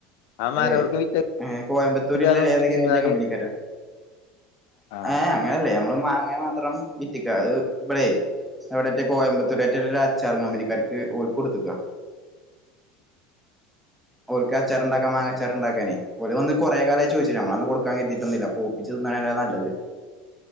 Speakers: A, on the left; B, in the centre.
A: ആ മരം
B: ഏയ്
A: അവിടക്ക് വിറ്റ്
B: ഏഹ കോയമ്പത്തൂരില്യ
A: കൊടുക്കാതെ മുറിച്ചിങ്ങാല്
B: ഏതൊക്ക വലിയ കമ്പനിക്കരാ
A: ആഹ്
B: ഏഹ് അങ്ങനല്ലേ നമ്മള് മാങ്ങ മാത്രം വിറ്റിക്ക അത് ഇപടെയ് എവിടേറ്റെ കോയമ്പത്തൂരേറ്റൊരു അച്ചാറും കമ്പനിക്കാർക്ക് ഓൽക്ക് കൊട്ത്ത്ക്ക. ഓൽക്ക് അച്ചാറ്ണ്ടാക്കാം മാങ്ങച്ചാറ്ണ്ടാക്കാനേയ് ഓല് വന്ന് കൊറേ കാലായി ചോയിച്ച് നമ്മളന്ന് കൊടുക്കാൻ കരുതിട്ടൊന്നില്ല പൂ പ്പിച്ച് തിന്നാണ് നല്ലത്.